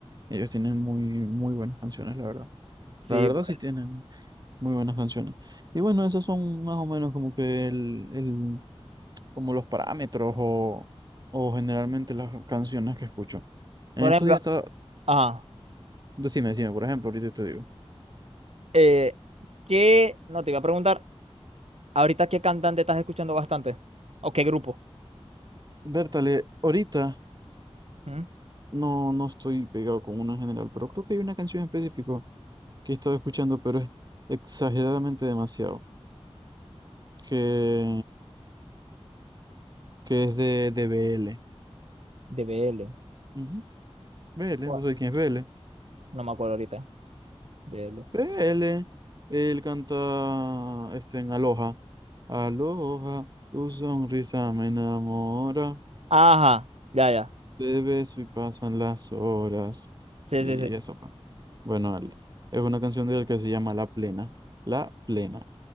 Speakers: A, on the right; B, on the right.
A: Ellos tienen muy, muy buenas canciones, la verdad.
B: Sí,
A: La verdad
B: por,
A: sí
B: e,
A: tienen muy buenas canciones. Y bueno, esos son más o menos como que el, el, como los parámetros o, o generalmente las canciones que escucho. En
B: por
A: estos
B: ejemplo,
A: días estaba,
B: ah,
A: decime, decime, por ejemplo, ahorita te digo.
B: eh, ¿qué, no te iba a preguntar, ahorita qué cantante estás escuchando bastante? ¿O qué grupo?
A: Bertale, ahorita
B: ¿Mm?
A: no, no estoy pegado con una en general, pero creo que hay una canción específica que he estado escuchando, pero es exageradamente demasiado. Que que es de, de BL.
B: De BL.
A: Ujú. BL,
B: ¿Cuál?
A: ¿vos sabés quién es BL?
B: No me acuerdo ahorita. B L
A: BL, él canta este, en Aloha. Aloha, tu sonrisa me enamora,
B: Ajá, ya, ya.
A: te beso y pasan las horas.
B: Sí,
A: Y
B: sí, sí.
A: eso, pa. Bueno, él- es una canción de él que se llama La Plena. La Plena.